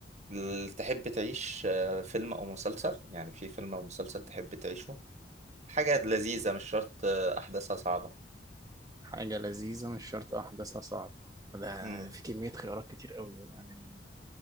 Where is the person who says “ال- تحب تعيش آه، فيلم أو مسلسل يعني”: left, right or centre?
Right